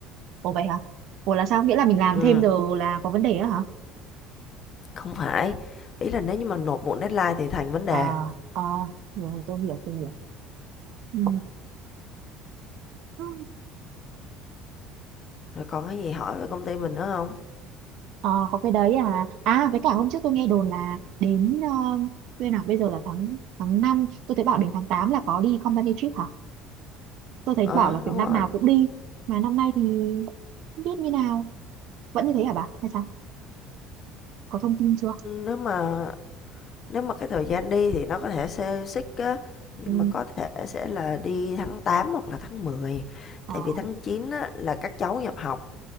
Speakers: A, on the right; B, on the left.
A: ủa vậy hả ủa là sao nghĩa là mình làm
B: Ừ.
A: thêm giờ là có vấn đề đó hả
B: Không phải, ý là nếu như mà nộp muộn deadline thì thành vấn đề.
A: ờ ờ rồi tôi hiểu tôi hiểu ừ. Ừ.
B: Rồi còn cái gì hỏi về công ty mình nữa không?
A: ờ có cái đấy à à với cả hôm trước tôi nghe đồn là đến ờ, bên nào bây giờ là tháng tháng năm tôi thấy bảo đến tháng 8 là có đi company trip hả tôi thấy
B: Ờ,
A: bảo
B: à,
A: là
B: đúng
A: kiểu năm
B: rồi.
A: nào cũng đi mà năm nay thì Không biết như nào vẫn như thế hả bà hay sao có thông tin chưa
B: nếu mà nếu mà cái thời gian đi thì nó có thể xê xích á, nhưng
A: ừ
B: mà có thể sẽ là đi tháng 8 hoặc là tháng mười
A: ờ
B: Tại vì tháng 9 á là các cháu nhập học,